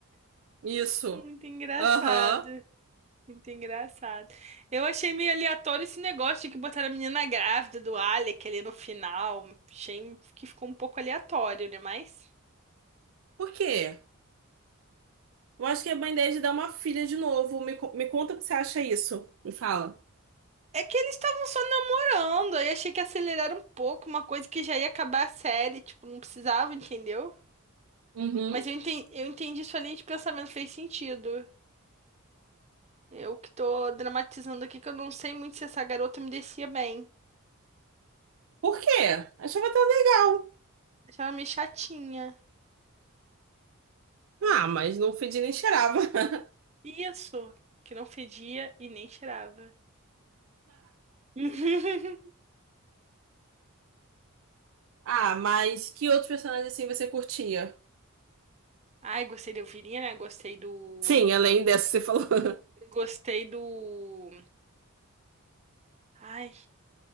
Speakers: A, on the right; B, on the right.
A: Isso.
B: muito engraçado.
A: Aham.
B: Muito engraçado. Eu achei meio aleatório esse negócio de que botaram a menina grávida do Alec ali no final. Achei que ficou um pouco aleatório, né? Mas
A: Por quê? Eu acho que é band de dar uma filha de novo. Me, co- me conta o que você acha isso. Me fala.
B: é que eles estavam só namorando. Aí achei que aceleraram um pouco, uma coisa que já ia acabar a série. Tipo, não precisava, entendeu?
A: Uhum.
B: Mas eu entendi, eu entendi sua linha de pensamento, fez sentido. Eu que tô dramatizando aqui, que eu não sei muito se essa garota me descia bem.
A: Por quê? Achava tão legal.
B: Achava meio chatinha.
A: Ah, mas no feed nem cheirava. <laughs>
B: Isso, que não fedia e nem cheirava. <laughs>
A: Ah, mas que outros personagens assim você curtia?
B: Ai, gostei da Elvirinha, né? Gostei do.
A: Sim, além dessa que você falou. <laughs>
B: Gostei do. Ai,